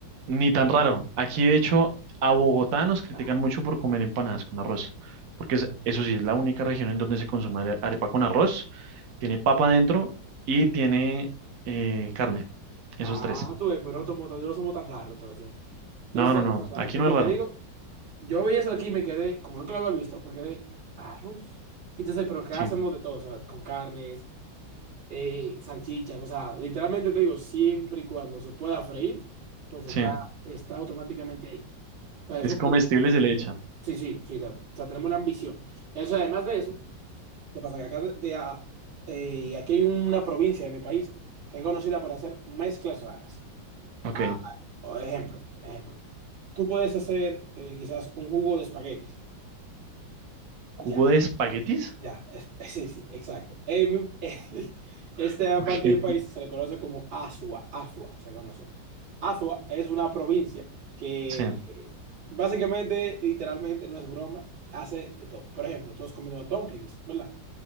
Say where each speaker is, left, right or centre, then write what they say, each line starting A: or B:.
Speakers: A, on the right; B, on the right.
A: ni tan raro. Aquí, de hecho, a Bogotá nos critican
B: Ajá.
A: mucho por comer empanadas con arroz, porque es- eso sí, es la única región en donde se consume are- arepa con arroz, tiene papa dentro y tiene eh, carne. Esos
B: Ah,
A: tres.
B: tú ves, pero no somos, tan- no somos tan raros entonces. No
A: No,
B: somos
A: no, no,
B: tan raros.
A: aquí
B: Porque
A: no es raro.
B: te digo, yo vi eso aquí y me quedé, como nunca lo había visto, me quedé arroz. Entonces, pero ¿qué
A: Sí,
B: hacemos de todo? O sea, con carnes, eh, salchichas, o sea, literalmente te digo, siempre y cuando se pueda freír, pues está,
A: sí.
B: está automáticamente ahí. O sea,
A: Si
B: eso
A: es comestible,
B: por...
A: se le echa.
B: Sí, sí, sí, o sea, o sea, tenemos una ambición. Eso, además de eso, ¿qué pasa? Que acá de, de a- eh, aquí hay una provincia de mi país que es conocida por hacer mezclas raras.
A: Ok.
B: Ah, ah, ejemplo, ejemplo. Tú puedes hacer eh, quizás un jugo de espaguetis.
A: ¿Jugo
B: Ya,
A: de espaguetis?
B: ya, es- <laughs> sí, sí, exacto. En mi- <laughs> esta
A: <laughs> Ok.
B: parte del país se le conoce como Azua, Azua se conoce. Azua es una provincia que
A: Sí.
B: eh, básicamente, literalmente, no es broma, hace de todo. Por ejemplo, tú has comido dumplings, ¿verdad?